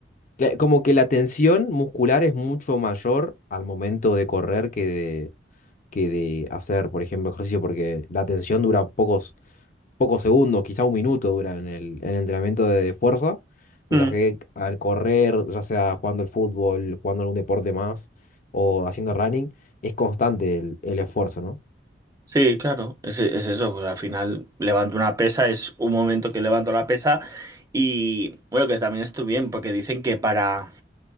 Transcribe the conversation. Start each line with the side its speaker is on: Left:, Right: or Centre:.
Left: cla- como que la tensión muscular es mucho mayor al momento de correr que de, que de hacer, por ejemplo, ejercicio, porque la tensión dura pocos, pocos segundos, quizá un minuto dura en el, en el entrenamiento de fuerza, mientras
Right: Mm.
Left: que al correr, ya sea jugando al fútbol, jugando algún deporte más o haciendo running, es constante el, el esfuerzo, ¿no?
Right: Sí, claro, es, es eso, pues al final levanto una pesa, es un momento que levanto la pesa y bueno, que también estoy bien, porque dicen que para